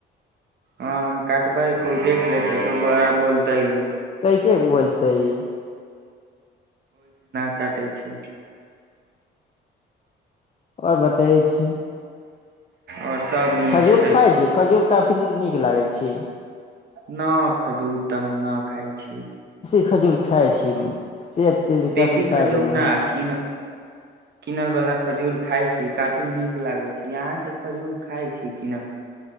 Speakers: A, on the right; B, on the left.
A: हँ हम काटबै कोइ देख लेतै तो बड़ा बोलता ह लोग
B: कैसे बोलतेै
A: का करै छै
B: आओर बतैय छै
A: और सब नीक
B: खजूर खााय छै खजूर काफी नीक की लागै छी
A: न खजूर त न खाइ छी
B: खजूुर खाइ छी सेहत के लिए
A: देशी
B: काफी फायदेमंद
A: खजूर न
B: होइ छै
A: किन किनल वाला खजूर खााय छी काफी नीक लागै छै यहाँके खजूर खाइ छी किना